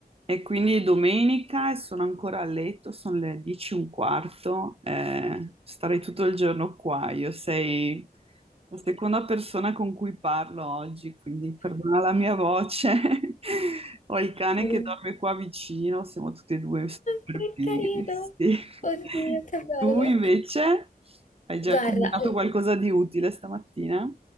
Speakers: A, on the right (about 35°); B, on the left (about 50°).
A: E quindi è domenica e sono ancora a letto, sono le 10 e un quarto, eh, starei tutto il giorno qua. Io sei la seconda persona con cui parlo oggi, quindi perdona la mia voce. <laughs> Ho il cane
B: Oh,
A: che dorme qua vicino, siamo tutti e due super
B: che
A: pigri.
B: carino!
A: sì.
B: Oddio,
A: <laughs>
B: che bello!
A: Tu invece hai già
B: Guarda,
A: combinato
B: al-
A: qualcosa di utile stamattina?